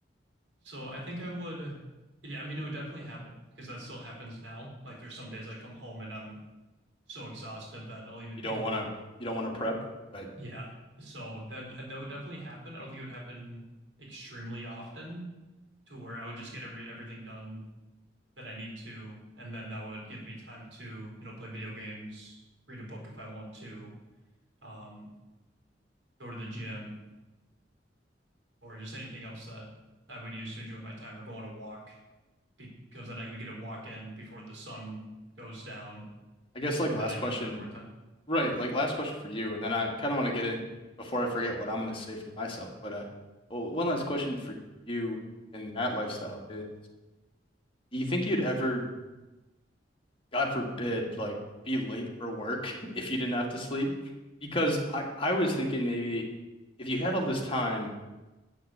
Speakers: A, on the right; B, on the left.
A: So I think I would, yeah, I mean, it would definitely happen because that still happens now. Like there's some days I come home and I'm so exhausted that I'll even
B: you
A: take
B: don't
A: a
B: want
A: nap.
B: to you don't want to prep, but
A: Yeah. So that that would definitely happen. I don't think it would happen extremely often to where I would just get every everything done that I need to, and then that would give me time to, you know, play video games, read a book if I want to, um, go to the gym, or just anything else that I would use to enjoy my time or go on a walk because then I could get a walk in before the sun goes down
B: I guess like
A: and
B: last
A: then I
B: question,
A: can spend more time.
B: Right, like last question for you, and then I kind of want to get in before I forget what I'm going to say for myself. But uh, well, one last question for you in that lifestyle is, do you think you'd ever, God forbid, like be late for work <laughs> if you didn't have to sleep? Because I I was thinking maybe if you had all this time